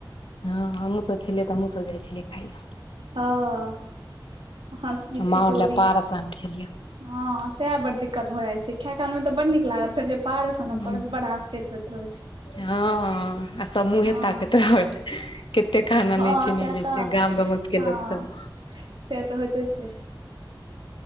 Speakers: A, on the left (about 75°); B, on the right (about 80°).
A: हँ हमहूँसब खेलियै तऽ हमहूँसब जाइ छेलियै खाय लए।
B: हँ हँसी
A: माउर
B: ठिठोरी।
A: लए पारस आनै छलियै
B: हँ सएह बड दिक्कत भऽ जाइ छै खै काल में तऽ बड नीक लागत फेर जे पार सन
A: हूं
B: पड़त बड आसकैत होइत रहै छै
A: हँ आ सब मुहें
B: हँ
A: ताकैत रहत। केत्ते खाना
B: हँ
A: लै छै नै
B: सएह
A: लै
B: तऽ
A: छै गाम-गमक के
B: हँ
A: लोक सब
B: से तऽ होइते छै।